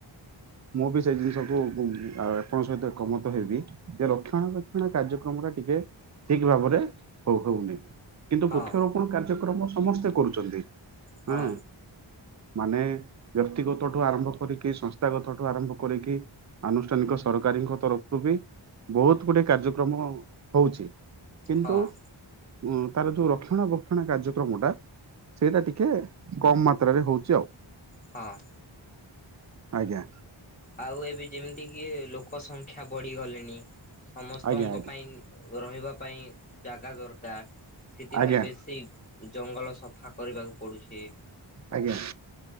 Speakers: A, on the right; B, on the left.
A: ମୁଁ ବି ସେ ଜିନିଷକୁ, ଉଁ ଆପଣଙ୍କ ସହିତ ଏକମତ ହେବି। ସେ ରକ୍ଷଣା ବକ୍ଷଣା କାର୍ଯ୍ୟକ୍ରମ ଟା ଟିକେ ଠିକ୍ ଭାବରେ ହଉ ହୋଉନି। କିନ୍ତୁ
B: ହଁ
A: ବୃକ୍ଷରୋପଣ କାର୍ଯ୍ୟକ୍ରମ ସମସ୍ତେ କରୁଛନ୍ତି।
B: ହଁ
A: ଆ ମାନେ ବ୍ୟକ୍ତିଗତ ଠୁ ଆରମ୍ଭ କରିକି ସଂସ୍ ସ୍ତା ଗାଥ ଠୁ ଆରମ୍ଭ କରିକି, ଆନୁଷ୍ଠାନିକ ସରକାରୀଙ୍କ ତରଫରୁ ବି ବହୁତ ଗୁଡେ କାର୍ଯ୍ୟକ୍ରମ ହଉଛି କିନ୍ତୁ
B: ହଁ
A: ଉ ତାର ଯୋଉ ରକ୍ଷଣ ବକ୍ଷଣ କାର୍ଯ୍ୟକ୍ରମ ଟା ସେଇଟା ଟିକେ କମ ମାତ୍ରରେ ହଉଛି ଆଉ।
B: ହଁ।
A: ଆଜ୍ଞା।
B: ଆଉ ଏବେ ଯେମିତି କି ଲୋକ ସଂଖ୍ୟା ବଢି ଗଲେଣି। ସମସ୍ତଙ୍କ
A: ଆଜ୍ଞା ଆଜ୍ଞା
B: ପାଇଁ ରହିବା ପାଇଁ ଜାଗା ଦରକାର। ସେଥିପାଇଁ
A: ଆଜ୍ଞା
B: ବେଶୀ ଜଙ୍ଗଲ ସଫା କରିବାକୁ ପଡୁଛି।
A: ଆଜ୍ଞା